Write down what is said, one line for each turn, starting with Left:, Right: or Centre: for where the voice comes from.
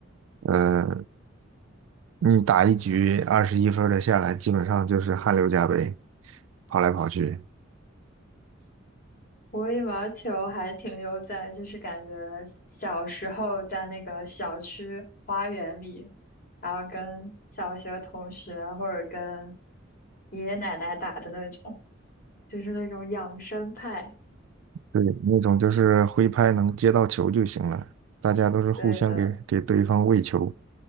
Right: 呃，你打一局二十一分儿的下来，基本上就是汗流浃背，跑来跑去。
Left: 我羽毛球还停留在就是感觉小时候在那个小区花园里，然后跟小学同学或者跟爷爷奶奶打的那种，就是那种养生派。
Right: 对，那种就是挥拍能接到球就行了，大家都是互相给给对方喂球。
Left: 对的，